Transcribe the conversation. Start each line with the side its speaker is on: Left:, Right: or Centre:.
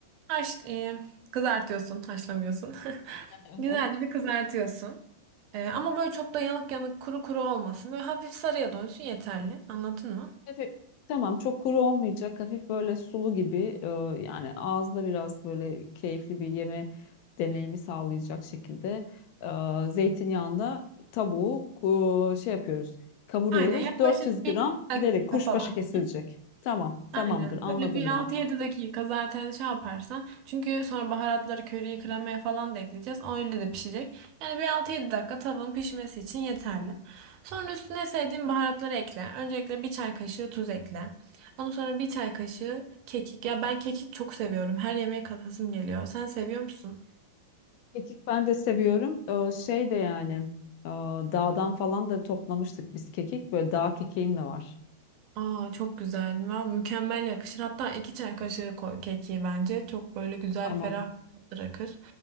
Right: haş, e, kızartıyorsun, haşlamıyorsun. <laughs>
Left: <laughs>
Right: Güzelce bir kızartıyorsun. Ee, ama böyle çok da yanık yanık kuru kuru olmasın. Böyle hafif sarıya dönsün yeterli. Anladın mı?
Left: Hafif, tamam çok kuru olmayacak. Hafif böyle sulu gibi e, yani ağızda biraz böyle keyifli bir yeme deneyimi sağlayacak şekilde e, zeytinyağında tavuğu ku- şey yapıyoruz. Kavuruyoruz.
Right: Aynen yaklaşık
Left: 400 gram
Right: bir dakika
Left: deri kuşbaşı
Right: falan.
Left: kesilecek. Tamam, tamamdır.
Right: Aynen.
Left: Anladım
Right: Böyle bir altı
Left: bunu.
Right: yedi dakika zaten şey yaparsan. Çünkü sonra baharatları, köriyi, kremaya falan da ekleyeceğiz. O öyle de pişecek. Yani bir altı yedi dakika tavanın pişmesi için yeterli. Sonra üstüne sevdiğin baharatları ekle. Öncelikle bir çay kaşığı tuz ekle. Ondan sonra bir çay kaşığı kekik. Ya ben kekik çok seviyorum. Her yemeğe katasım geliyor. Sen seviyor musun?
Left: Kekik ben de seviyorum. Ee, şey de yani e, dağdan falan da toplamıştık biz kekik. Böyle dağ kekiğim de var.
Right: Aa çok güzel. Ya, mükemmel yakışır. Hatta iki çay kaşığı koy kekiği bence. Çok böyle güzel
Left: Tamam.
Right: ferah bir tat bırakır.